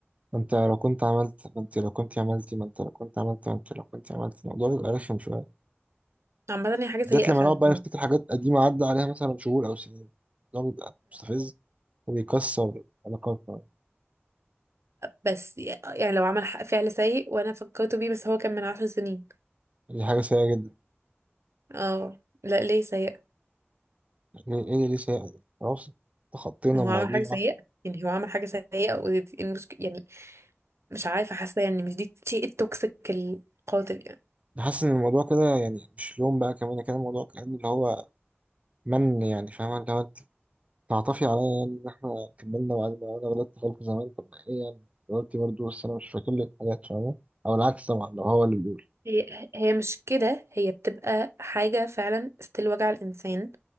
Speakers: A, on the right; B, on the right.
A: ما انت لو كنت عملت ما انت لو كنت عملتي ما انت لو كنت عملت ما انت لو كنت عملت الموضوع بيبقى رخم شوية
B: عامه هي حاجه سيئه
A: بالذات لما
B: فعلا
A: نقعد بقى نفتكر حاجات قديمة عدى عليها مثلا شهور أو سنين ده بيبقى مستفز وبيكسر علاقاتنا
B: بس يعني لو عمل ح- فعل سيء وانا فكرت بيه بس هو كان من عشر سنين
A: دي حاجة سيئة جدا
B: اه لا ليه سيء
A: يعني إيه اللي ليه سيئة دي؟ خلاص تخطينا
B: ما
A: الموضوع
B: هو عمل حاجة سيئة يعني هو عمل حاجة سيئة ودي المشكلة يعني مش عارفة حاسة يعني مش دي شيء التوكسيك القاتل يعني
A: حاسس إن الموضوع كده يعني مش لوم بقى كمان كان الموضوع كان اللي هو من يعني فاهمة اللي هو أنت تعطفي عليا يعني إن إحنا كملنا وبعدين أنا غلطت غلطة زمان طب ما إيه يعني غلطتي برضه بس أنا مش فاكر لك حاجات فاهمة أو العكس طبعا لو هو اللي بيقول
B: هي هي مش كده هي بتبقى حاجة فعلا ستيل وجع الإنسان